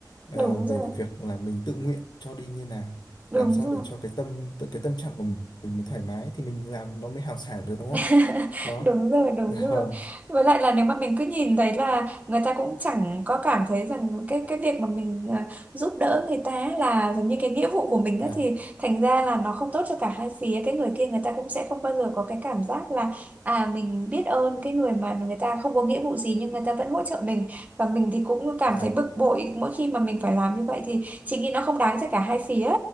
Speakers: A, on the left; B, on the right.
A: ờ,
B: đúng
A: về
B: rồi
A: việc là mình tự nguyện cho đi như nào
B: đúng
A: làm sao
B: rồi
A: để cho cái tâm tự- cái tâm trạng của mình mới thoải mái thì mình làm nó mới hào sảng được đúng
B: <laughs>
A: không đó
B: đúng rồi đúng
A: dạ
B: rồi
A: vâng
B: với lại là nếu mà mình cứ nhìn thấy là người ta cũng chẳng có cảm thấy rằng cái cái việc mà mình à, giúp đỡ người ta là giống như cái nghĩa vụ của mình
A: dạ
B: á thì thành ra là nó không tốt cho cả hai phía cái người kia người ta cũng sẽ không bao giờ có cái cảm giác là à mình biết ơn cái người mà người ta không có nghĩa vụ gì nhưng người ta vẫn hỗ trợ mình và mình thì cũng cảm
A: dạ
B: thấy bực bội mỗi khi mà mình phải làm như vậy thì chị nghĩ nó không đáng cho cả hai phía